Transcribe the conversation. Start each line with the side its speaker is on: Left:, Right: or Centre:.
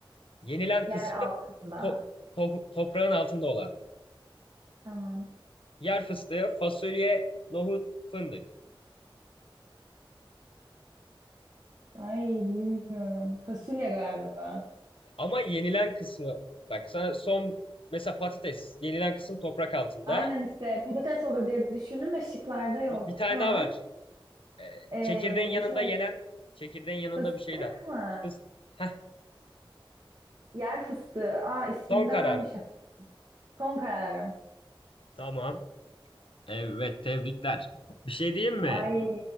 Left: yenilen
Right: Yer
Left: kısmı
Right: altında.
Left: to- to- toprağın altında olan.
Right: Tamam.
Left: Yer fıstığı, fasulye, nohut, fındık.
Right: Ay bilmiyorum. Fasulye galiba.
Left: Ama yenilen kısmı, bak sana son, mesela patates, yenilen kısım toprak altında.
Right: Aynen işte patates olur diye düşündüm de şıklarda yok.
Left: Bir, bir tane
Right: Tamam.
Left: daha var. Ee,
Right: Ee,
Left: çekirdeğin yanında
Right: şey
Left: yenen, çekirdeğin yanında
Right: fıstık
Left: bir şey daha.
Right: mı?
Left: Fıs- Heh,
Right: Yer fıstığı. Aa ismini
Left: son
Right: de
Left: kararın
Right: vermişim.
Left: mı?
Right: Son kararım.
Left: Tamam. Evet, tebrikler. Bir şey diyeyim mi?
Right: Ay